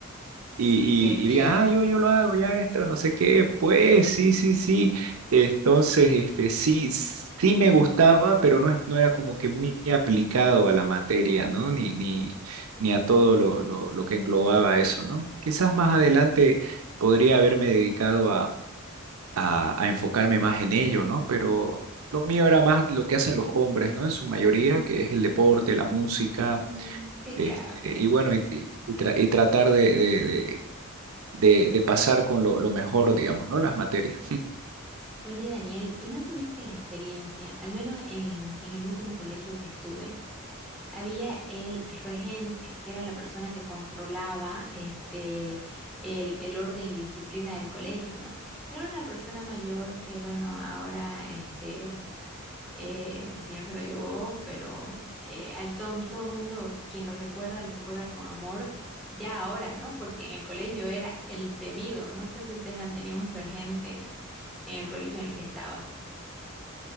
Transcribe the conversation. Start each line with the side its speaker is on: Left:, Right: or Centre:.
Right: y,
Centre: Qué
Right: y,
Centre: pillo.
Right: y digan, ah, yo, yo lo hago, ya esto, no sé qué, pues sí, sí, sí. Entonces, este, sí, sí me gustaba, pero no, es- no era como que muy aplicado a la materia, ¿no? Ni, ni, ni a todo lo, lo, lo que englobaba eso, ¿no? Quizás más adelante podría haberme dedicado a, a, a enfocarme más en ello, ¿no? Pero... Lo mío era más lo que hacen los hombres, ¿no? En su mayoría, que es el deporte, la música,
Centre: Mm, sí,
Right: este,
Centre: claro.
Right: y bueno,
Centre: Sí.
Right: y, y- y tra- y tratar de, de- de- de- de pasar con lo, lo mejor, digamos, ¿no? Las materias.
Centre: Oye, Daniel, ¿y no tuviste la experiencia? Al menos en, en el último colegio que estuve, había el regente, que era la persona que controlaba este, el, el orden y disciplina del colegio, ¿no? Era una persona mayor que, bueno, ahora este, eh, el señor se lo llevó, pero eh, al todo, todo mundo quien lo recuerda, lo recuerda con amor. Ya ahora, ¿no? Porque en el colegio era el temido. No sé si ustedes han tenido un regente en el colegio en el que estaba.